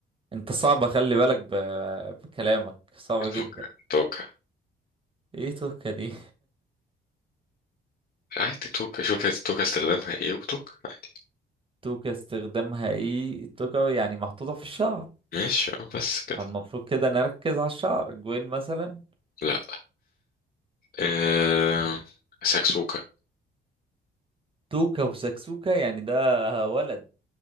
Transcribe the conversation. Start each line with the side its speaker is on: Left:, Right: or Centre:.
Right: انت صعبة خلي بالك ب... بكلامك صعبة
Left: توكا
Right: جدا
Left: توكا
Right: ايه توكا دي
Left: عادي توكا شوف هي توكا استخدامها ايه وتوكا عادي
Right: توكا استخدامها ايه توكا يعني محطوطة في الشعر
Left: ماشي اه بس كده
Right: فالمفروض كده نركز على الشعر جوين مثلا
Left: لا آه ساكسوكا
Right: توكا وسكسوكا يعني ده ولد